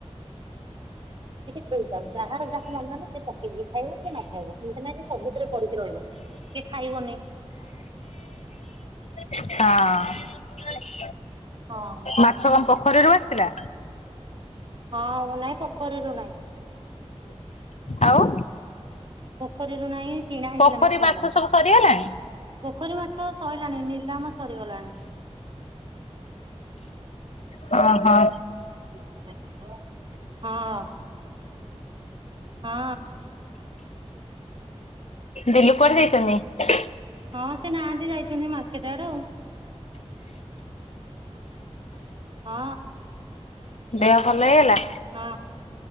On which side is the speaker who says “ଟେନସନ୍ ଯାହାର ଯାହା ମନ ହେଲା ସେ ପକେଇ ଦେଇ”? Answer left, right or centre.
Right